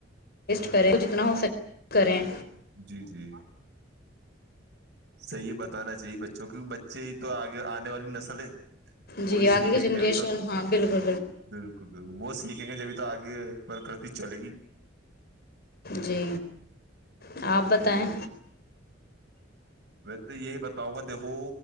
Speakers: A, on the left (about 55°); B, on the right (about 60°).
A: ٹیسٹ کریں جتنا ہو سک کریں
B: جی جی صحیح بتانا چاہیے بچوں کیہ بچے تو آگے آنے والی نسل ہے
A: جی
B: وہی
A: آگے
B: سیکھیں
A: کی جنریشن
B: گے جبھی تو
A: ہاں بالکل
B: بالکل بالکل وہ سیکھ دیکھیں گے جبھی تو آگے پرکرتی چلے گی
A: جی آپ بتائیں
B: میں تو یہی بتاؤں گا دیکھو